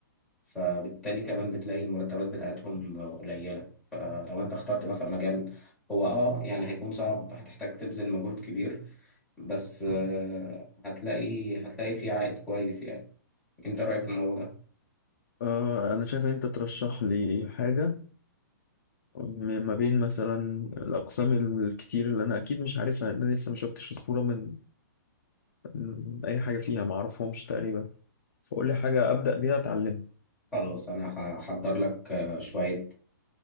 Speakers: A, in the centre; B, on the left.
A: فبالتالي كمان بتلاقي المرتبات بتاعتهم آه، قليلة فلو أنت اخترت مثلا مجال هو أه يعني هيكون صعب هتحتاج تبذل مجهود كبير بس آه، هتلاقي هتلاقي فيه عائد كويس يعني أنت رأيك في الموضوع ده؟
B: آه أنا شايف إن أنت ترشح لي حاجة م- ما بين مثلا الأقسام الكتير اللي أنا أكيد مش عارفها لأن أنا لسه ما شفتش الصورة من, من أي حاجة فيها ما أعرفهمش تقريبا فقول لي حاجة أبدأ بيها أتعلمها
A: خلاص أنا هحضر لك آه، شوية